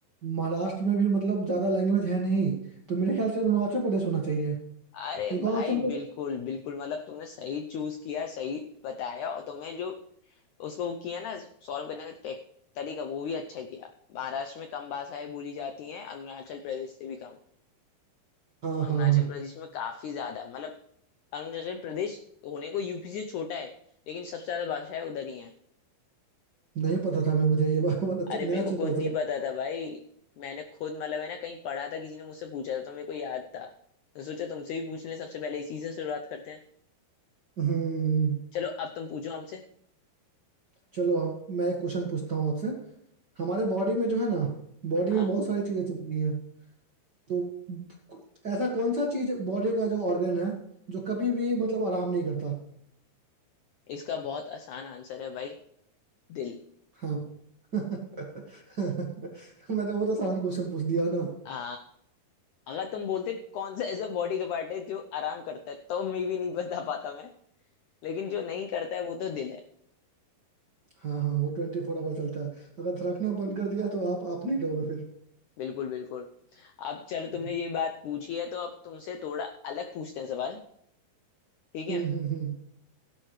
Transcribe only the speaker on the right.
महाराष्ट्र में भी मतलब ज्यादा लैंग्वेज है नहीं तो मेरे ख्याल से अरुणाचल प्रदेश होना चाहिए
एक
और ऑप्शन तो
हाँ
हाँ हाँ
नहीं पता था मैं मुझे ये बात <laughs> अच्छा-
नया
चीज
पता
चला
हम्म
चलो हम मैं एक क्वेश्चन पूछता हूँ आपसे हमारे बॉडी में जो है ना बॉडी
में बहुत सारी चीजें चल रही हैं तो ऐसा कौन सा चीज बॉडी का जो ऑर्गन है जो कभी भी मतलब आराम नहीं करता
हाँ <laughs> मैंने बहुत आसान क्वेश्चन पूछ दिया ना
हाँ हाँ वो ट्वेंटी फोर आवर चलता है अगर धड़कना बंद कर दिया तो आप आप नहीं रहोगे फिर
हम्म
हम्म
हम्म